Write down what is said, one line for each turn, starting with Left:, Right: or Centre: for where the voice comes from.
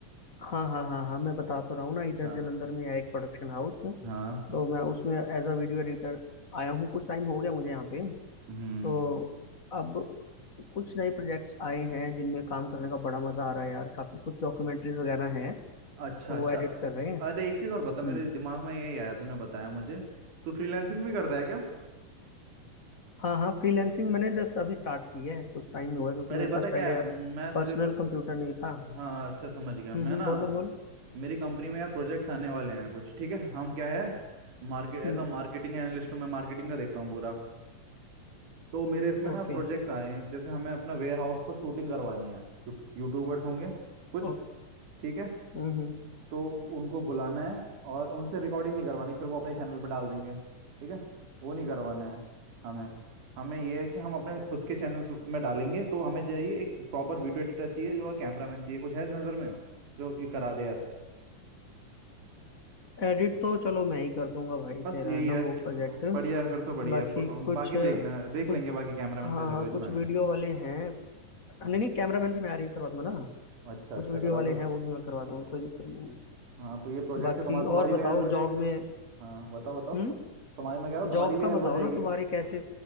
Left: हाँ हाँ हाँ हाँ मैं बता तो रहा हूँ ना इधर
Right: हाँ
Left: जलंधर में है एक प्रोडक्शन हाउस तो
Right: हाँ
Left: मैं उसमें एज अ वीडियो एडिटर आया हूँ कुछ टाइम हो गया मुझे यहाँ पे
Right: हम्म
Left: तो अब कुछ नए प्रोजेक्ट्स आए हैं जिनमें काम करने का बड़ा मजा आ रहा है यार काफी कुछ डॉक्यूमेंट्रीज वगैरह हैं
Right: अच्छा
Left: तो
Right: अच्छा
Left: वो एडिट कर रहे हैं
Right: अरे एक चीज और बता मेरे
Left: हम्म
Right: दिमाग में यही आया तूने बताया मुझे तू फ्रीलांसिंग भी करता है क्या
Left: हाँ हाँ फ्रीलैंसिंग मैंने जस्ट अभी स्टार्ट की है कुछ टाइम ही हुआ है क्योंकि
Right: अरे
Left: मेरे
Right: पता
Left: पास
Right: क्या
Left: पहले
Right: है
Left: यार
Right: मैं तुझे
Left: पर्सनल
Right: फिर
Left: कंप्यूटर नहीं था
Right: हाँ अच्छा समझ गया
Left: हम्म
Right: मैं
Left: हम्म,
Right: ना
Left: बोलो बोल
Right: मेरी कंपनी में यार प्रोजेक्ट्स आने वाले हैं कुछ ठीक है हम क्या है market as
Left: हम्म
Right: a marketing analyst हूँ मैं मार्केटिंग का देखता हूँ पूरा तो मेरे इसमें ना
Left: ओके
Right: प्रोजेक्ट्स आए हैं जैसे हमें अपना वेयर हाउस को शूटिंग करवानी है यूट्यूबर्स होंगे कुछ
Left: ओके
Right: ठीक है
Left: हम्म हम्म
Right: तो उनको बुलाना है और उनसे रिकॉर्डिंग नहीं करवानी फिर वो अपने चैनल पर डाल देंगे ठीक है वो नहीं करवाना है हमें हमें ये है कि हम अपने खुद के चैनल्स में डालेंगे तो हमें चाहिए एक प्रॉपर वीडियो एडिटर चाहिए जो और कैमरामैन चाहिए कुछ है नज़र में जो ये करा दे यार
Left: एडिट तो चलो मैं ही कर दूंगा भाई
Right: बस
Left: तेरा
Right: यही
Left: है ना
Right: है
Left: वो
Right: कि-
Left: प्रोजेक्ट
Right: बढ़िया है फिर तो बढ़िया
Left: बाकी
Right: है प-
Left: कुछ
Right: बाकी
Left: कुछ
Right: देख लें देख लेंगे बाकी कैमरामैन
Left: हाँ
Right: का
Left: हाँ
Right: चलो इतना
Left: कुछ
Right: नहीं
Left: वीडियो
Right: है
Left: वाले हैं
Right: हम्म
Left: नहीं नहीं कैमरामैन भी मैं अरेंज करवा दूंगा ना
Right: अच्छा अच्छा
Left: कुछ वीडियो
Right: करा
Left: वाले
Right: दोगे
Left: हैं वो भी मैं करवा दूंगा कोई दिक्कत नहीं है
Right: हाँ तो ये प्रोजेक्ट
Left: बाकी
Right: है तुम्हारा तुम्हारी
Left: और
Right: भी
Left: बताओ
Right: हेल्प हो जाएगी
Left: जॉब में
Right: हाँ बताओ बताओ
Left: हम्म
Right: तुम्हारी मैं कह रहा हूँ तुम्हारी
Left: जॉब
Right: भी
Left: का
Right: हेल्प
Left: बताओ
Right: हो जाएगी
Left: ना तुम्हारे कैसे